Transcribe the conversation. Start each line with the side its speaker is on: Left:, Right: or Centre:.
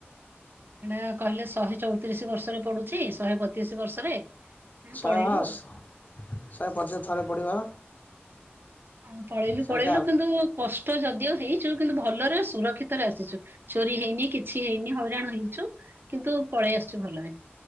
Right: ହେଟା କହିଲେ ଶହେ ଚଉତିରିଶି ବର୍ଷରେ ପଡୁଛି ଶହେ ବତିରିଶି ବର୍ଷରେ।
Left: ଶହେ
Right: ପଳେଇଲୁ
Left: ହଁ
Right: ଆଉ।
Left: ଶ ଶହେ ପଚ ଥରେ ପଡ଼ିବ।
Right: ହଁ ପଳେଇଲୁ
Left: ସେଇଟା
Right: ପଳେଇଲୁ କିନ୍ତୁ କଷ୍ଟ ଯଦିଓ ହେଇଛୁ କିନ୍ତୁ ଭଲରେ ସୁରକ୍ଷିତ ରେ ଆସିଛୁ। ଚୋରି ହେଇନି କିଛି ହେଇନି ହଇରାଣ ହେଇଛୁ କିନ୍ତୁ ପଳେଇ ଆସିୁଛୁ ଭଲରେ।